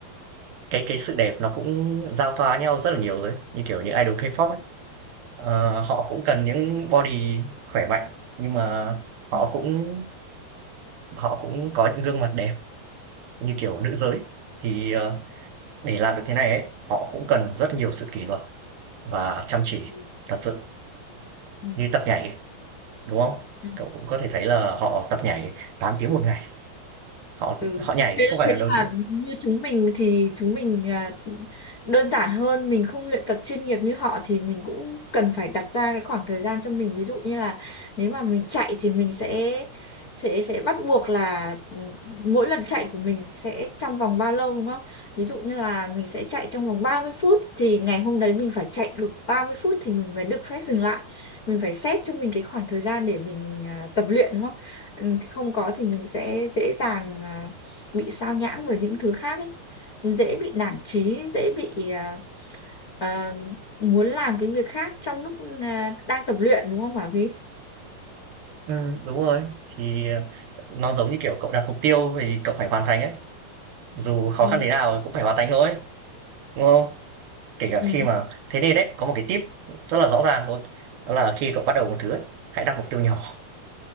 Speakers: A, on the right; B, on the left.
A: cái cái sự đẹp nó cũng giao thoa nhau rất là nhiều rồi như kiểu những idol K-pop ấy. Ờ, họ cũng cần những body khỏe mạnh, nhưng mà họ
B: Ừ.
A: cũng họ cũng có những gương mặt đẹp như kiểu nữ giới. Thì, ờ, để làm được thế này ấy, họ cũng cần rất nhiều sự kỷ luật và chăm chỉ
B: Ừ.
A: thật sự,
B: Ừ.
A: như tập nhảy ấy, đúng không?
B: ừ.
A: Cậu cũng có thể thấy là họ tập nhảy 8 tiếng một ngày, họ
B: Ừ.
A: họ nhảy
B: Thế,
A: không phải
B: thế
A: là đầu
B: là
A: tiên
B: như chúng mình thì chúng mình là đơn giản hơn mình không luyện tập chuyên nghiệp như họ thì mình cũng cần phải đặt ra cái khoảng thời gian cho mình ví dụ như là nếu mà mình chạy thì mình sẽ sẽ sẽ bắt buộc là ừ, mỗi lần chạy của mình sẽ trong vòng bao lâu đúng không? Ví dụ như là mình sẽ chạy trong vòng 30 phút thì ngày hôm đấy mình phải chạy được 30 phút thì mình mới được phép dừng lại. Mình phải xét cho mình cái khoảng thời gian để mình à, tập luyện đúng không? Ừ, thì không có thì mình sẽ dễ dàng à, bị sao nhãng với những thứ khác ấy dễ bị nản chí dễ bị à, à, muốn làm cái việc khác trong lúc à, đang tập luyện đúng không Bảo Vy
A: ừm, đúng rồi, thì, ờ, nó giống như kiểu cậu đặt mục tiêu thì cậu phải hoàn thành ấy, dù khó
B: ừ
A: khăn thế nào cũng phải hoàn thành thôi, đúng không? Kể cả
B: ừ.
A: khi mà thế nên đấy có một cái tip rất là rõ ràng thôi, đó là khi cậu bắt đầu một thứ ấy, hãy đặt mục tiêu nhỏ.